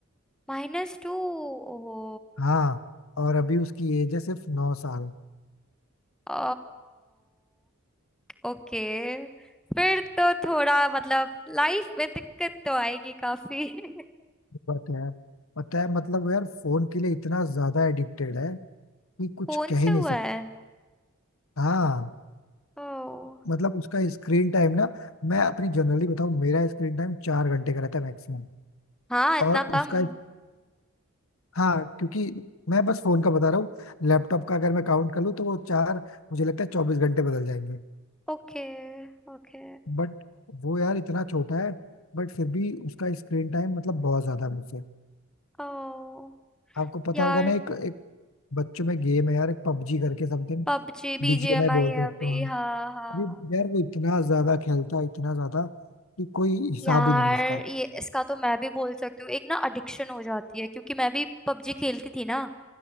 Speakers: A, in the centre; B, on the left.
A: माइनस टू ओहो
B: हाँ और अभी उसकी एज है सिर्फ नौ साल
A: ओ ओके फिर तो थोड़ा मतलब लाइफ में दिक्कत तो आएगी काफी <laughs>
B: बात है पता है मतलब वो यार फोन के लिए इतना ज्यादा एडिक्टेड है कि कुछ
A: फोन
B: कह
A: से
B: ही नहीं
A: हुआ
B: सकता
A: है
B: हाँ
A: ओ
B: मतलब उसका स्क्रीन टाइम ना मैं अपनी जनरली बताऊँ मेरा स्क्रीन टाइम चार घंटे का रहता है मैक्सिमम
A: हाँ इतना
B: और
A: कम
B: उसका हाँ क्योंकि मैं बस फोन का बता रहा हूँ लैपटॉप का अगर मैं काउंट कर लूँ तो वो चार मुझे लगता है चौबीस घंटे बदल जाएंगे
A: Okay okay
B: बट वो यार इतना छोटा है बट फिर भी उसका स्क्रीन टाइम मतलब बहुत ज्यादा है मुझसे
A: ओ
B: आपको पता
A: यार
B: होगा ना एक एक बच्चों में गेम है यार एक पबजी करके समथिंग
A: पबजी बीजीएमआई
B: बीजीएमआई बोलते
A: है
B: हैं
A: अभी
B: तो हाँ
A: हाँ हाँ
B: अभी यार वो इतना ज्यादा खेलता है इतना ज्यादा कि कोई हिसाब
A: यार
B: ही नहीं है उसका
A: ये इसका तो मैं भी बोल सकती हूँ एक ना एडिक्शन हो जाती है क्योंकि मैं भी पबजी खेलती थी ना